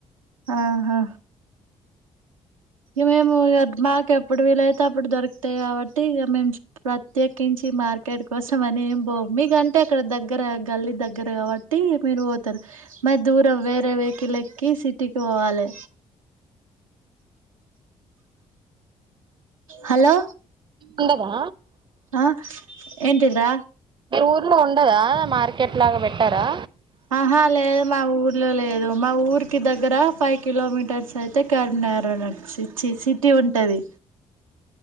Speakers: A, on the right; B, on the right.
A: ఆహా ఇక మేము మాకు ఎప్పుడు వీలైతే అప్పుడు దొరుకుతాయి కాబట్టి ఇక మేము ప్రత్యేకించి మార్కెట్కి కోసమని ఏం పోం మీకంటే అక్కడ దగ్గర గల్లీ దగ్గర కాబట్టి మీరు పోతారు మరి దూరం వేరే వెహికల్ ఎక్కి సిటీకి పోవాలె హలో
B: ఉండదా
A: ఆ ఏంటిరా
B: ఊరిలో ఉండదా మార్కెట్ లాగా పెట్టారా
A: ఆహా లేదు మా ఊర్లో లేదు మా ఊరికి దగ్గర ఫైవ్ కిలోమీటర్స్ అయితే కరీంనగర్ ఈ చ్చిచ్చి సిటీ ఉంటది